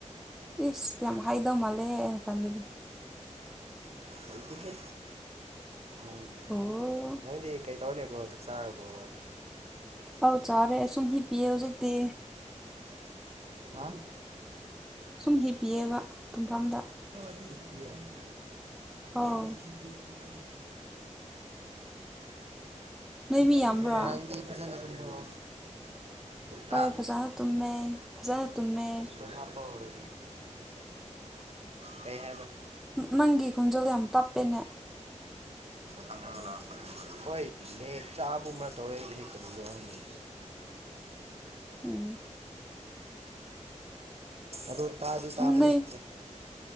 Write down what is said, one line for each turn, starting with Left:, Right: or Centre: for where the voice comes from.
Centre: ꯏꯁ ꯌꯥꯝ ꯍꯥꯏꯗꯧ ꯃꯥꯜꯂꯦ ꯑꯩꯅ ꯈꯟꯕꯗꯤ
Right: ꯑꯩꯗꯤ ꯍꯦ ꯪ
Centre: ꯑꯣ
Right: ꯅꯪꯗꯤ ꯀꯩꯇꯧꯔ ꯂꯩꯕ꯭ꯔꯣ ꯆꯥꯛ ꯆꯥꯔꯕꯣ
Centre: ꯑꯧ ꯆꯥꯔꯦ ꯁꯨꯝ ꯍꯤꯞ ꯄꯤꯌꯦꯦ ꯍꯧꯖꯤꯛꯇꯤ
Right: ꯍꯥ
Centre: ꯁꯨꯝ ꯍꯤꯞꯄꯤꯑꯕ ꯇꯨꯝꯐꯝꯗ
Right: ꯄꯤꯛꯄꯤꯌꯦ <inaudible>
Centre: ꯑꯧ ꯅꯣꯏꯕꯤ
Right: ꯉꯔꯥꯡꯗꯤ
Centre: ꯌꯥꯝꯕ꯭ꯔꯥ
Right: ꯐꯖꯅ ꯇꯨꯝꯕ꯭ꯔꯣ
Centre: ꯍꯣꯏ
Right: ꯍꯥ
Centre: ꯐꯖꯅ ꯇꯨꯝꯃꯦ ꯐꯖꯅ ꯇꯨꯝꯃꯦ
Right: ꯁꯣꯞ ꯍꯥꯞꯄ ꯍꯧꯔꯦ ꯀꯩ ꯍꯥꯏ
Centre: ꯅꯪꯒꯤ ꯈꯣꯟꯖꯦꯜ ꯌꯥꯝ ꯇꯥꯞꯄꯦꯅꯦ
Right: ꯆꯪꯉꯒ ꯍꯣꯏ ꯂꯦꯛ ꯆꯥꯕ ꯑꯃ ꯇꯧꯋꯦ ꯑꯩꯁꯦ ꯀꯔꯤ ꯌꯥꯎꯔꯝꯒꯦ
Centre: ꯎ
Right: ꯑꯗꯨ ꯇꯥꯗꯤ ꯇꯥꯕꯅꯦ꯭ꯔ
Centre: ꯅꯣꯏ